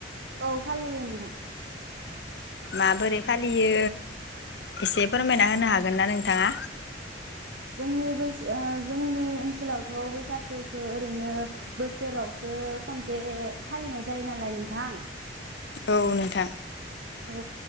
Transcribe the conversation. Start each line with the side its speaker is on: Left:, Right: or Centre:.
Right: औ फालियो नोंथां
Left: माबोरै फालियो एसे फोरमायना होनो हागोन ना नोंथाङा?
Right: जोंनि बैसा ओ जोंनि ओनसोलावथ बैसागुखौ ओरैनो बोसोरावसो खनसे फालिनाय जायो नालाय नोंथां
Left: औ नोंथां।
Right: ओ